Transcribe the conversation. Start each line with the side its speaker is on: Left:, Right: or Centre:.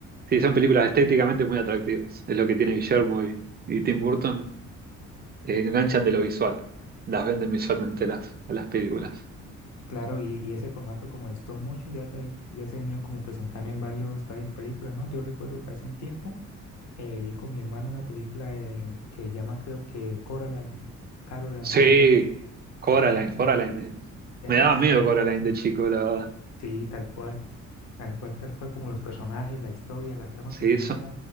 Right: sí, son películas estéticamente muy atractivas, es lo que tiene Guillermo y, y Tim Burton, te enganchan de lo visual, las venden visualmente las, a las películas.
Left: Y Claro, y, y ese formato como de stop motion ya se, ha vis- ya se ha venido como presentando en varios, varias películas, ¿no? Yo recuerdo que hace un tiempo eh, vi con mi hermana una película de- que llama creo que Coraline, Caroline,
Right: Sí,
Left: algo así.
Right: Coraline,
Left: Esa también,
Right: Coraline.
Left: esa
Right: Me
Left: también
Right: daba miedo
Left: es una
Right: Coraline
Left: serie.
Right: de chico, la verdad.
Left: Sí, tal cual, tal cual, tal cual como los personajes, la historia, la trama
Right: Sí,
Left: que tenía
Right: eso.
Left: era